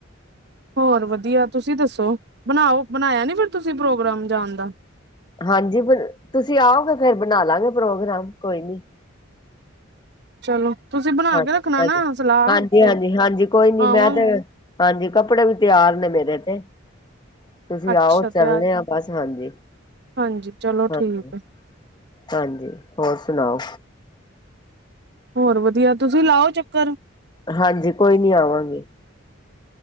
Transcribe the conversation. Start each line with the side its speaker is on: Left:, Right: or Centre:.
Right: ਹੋਰ ਵਧੀਆ ਤੁਸੀਂ ਦੱਸੋ? ਬਣਾਓ ਬਣਾਇਆ ਨੀ ਫੇਰ ਤੁਸੀਂ ਪ੍ਰੋਗਰਾਮ ਜਾਣ ਦਾ।
Left: ਹਾਂਜੀ। ਤੁਸੀਂ ਆਓਗੇ ਫੇਰ ਬਣਾ ਲਾਂਗੇ ਪ੍ਰੋਗਰਾਮ। ਕੋਈ ਨੀ
Right: ਚਲੋ, ਤੁਸੀਂ ਬਣਾ
Left: ਹਾਂ,
Right: ਕੇ ਰੱਖਣਾ
Left: ਹਾਂਜੀ
Right: ਨਾ ਸਲਾਹ
Left: -ਹਾਂਜੀ,
Right: ਫਿਰ
Left: ਹਾਂਜੀ -ਹਾਂਜੀ ਕੋਈ ਨੀ
Right: ਆਵਾਂ
Left: ਮੈਂ ਤੇ ਹਾਂਜੀ। ਕੱਪੜੇ ਵੀ ਤਿਆਰ ਨੇ ਮੇਰੇ ਤੇ। ਤੁਸੀਂ
Right: ਅੱਛਾ
Left: ਆਓ
Right: ਤਿਆਰ
Left: ਚੱਲਣੇ ਆ। ਬਸ, ਹਾਂਜੀ।
Right: ਹਾਂਜੀ। ਚਲੋ
Left: ਹਾਂਜੀ
Right: ਠੀਕ ਹੈ।
Left: ਹਾਂਜੀ। ਹੋਰ ਸੁਣਾਓ?
Right: ਹੋਰ ਵਧੀਆ ਤੁਸੀਂ ਲਾਓ ਚੱਕਰ
Left: ਹਾਂਜੀ, ਕੋਈ ਨੀ ਆਵਾਂਗੇ।